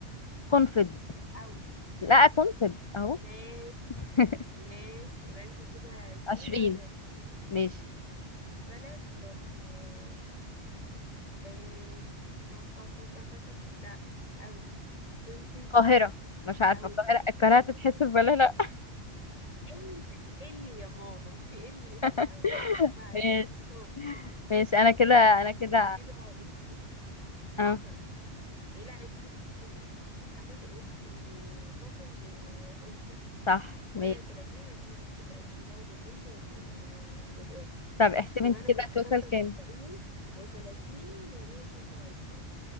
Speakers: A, on the left (about 45°); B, on the left (about 30°).
A: قنفد
B: قوي
A: لا قنفد اهو
B: ناس
A: <laughs>
B: ناس يبقى انتي كده عشرين
A: 20
B: وانا تلاتين
A: ماشي
B: بلد آه، آه، كا كا كا كا كا كا. لا قوي وانتي
A: القاهرة مش عارفة
B: قوي
A: القاهرة
B: برضه
A: القاهرة هتتحسب ولا لا
B: ال ال يا ماما في ال في الأول
A: <laughs>
B: ما ينفعش
A: ماشي
B: مش هنفهم <laughs>
A: ماشي انا كده انا كده
B: يبقى كده انت
A: اه
B: عشرة إيه لا عشرين ليه عشان انت قلتي قاسم وأنفت
A: صح
B: وأنا
A: ماشي
B: تلاتين عشان قلت الاسم الولد والبنت وال... والقرد
A: طب احسبي
B: يبقى
A: انت
B: أنا
A: كده
B: كنت
A: توتال
B: خمسة وتسعين
A: كام
B: وتلاتين مية خمسة وعشرين